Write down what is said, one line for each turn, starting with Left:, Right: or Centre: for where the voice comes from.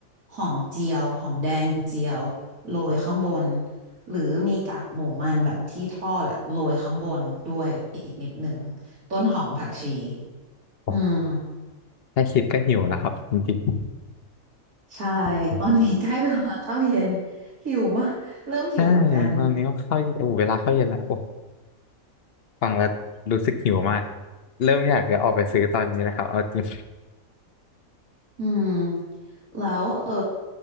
Right: หอมเจียวหอมแดงเจียวโรยข้างบนหรือมีกากหมูมันแบบที่ทอดอะโรยข้างบนด้วยอีกนิดหนึ่งต้นหอมผักชี
Left: โอ้
Right: อืม
Left: แค่คิดก็หิวแล้วครับจริง
Right: ใช่
Left: ๆอืม
Right: ตอนนี้ใกล้เวลาเข้าเย็นหิวมากเริ่มหิวเหมือนกัน
Left: ใช่ตอนนี้ก็เข้าโอ้เวลาเข้าเย็นละโอ้ฟังแล้วรู้สึกหิวมากเริ่มอยากจะออกไปซื้อตอนนี้นะครับเอาจริง
Right: อืมแล้วเออ